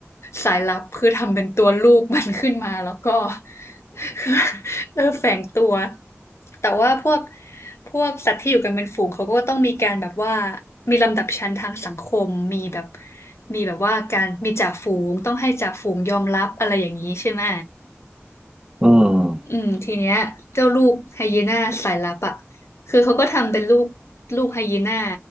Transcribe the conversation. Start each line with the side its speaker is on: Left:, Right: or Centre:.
Left: สายลับคือทำเป็นตัวลูกมันขึ้นมาแล้วก็ <laughs> เออแฝงตัว แต่ว่าพวกพวกสัตว์ที่อยู่กันเป็นฝูงเขาก็ต้องมีการแบบว่ามีลำดับชั้นทางสังคมมีแบบมีแบบว่าการมีจ่าฝูงต้องให้จ่าฝูงยอมรับอะไรอย่างนี้ใช่ไหม
Right: อืม
Left: อืมทีเนี้ยเจ้าลูกไฮยีน่าสายลับอ่ะคือเขาก็ทำเป็นลูกลูกไฮยีน่า